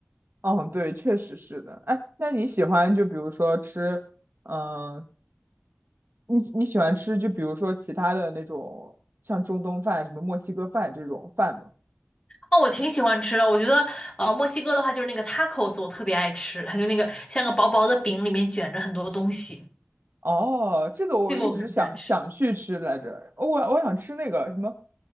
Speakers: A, on the right; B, on the left.
A: 哦，对，确实是的。哎，那你喜欢就比如说吃，嗯，你你喜欢吃就比如说其他的那种像中东饭、什么墨西哥饭这种饭吗？
B: 哦，我挺喜欢吃的。我觉得，呃，墨西哥的话就是那个 tacos，我特别爱吃，它就那个像个薄薄的饼，里面卷着很多东西，
A: 哦，这个我一直想想去吃来着，
B: 这个我很喜欢吃。
A: 我我想吃那个什么，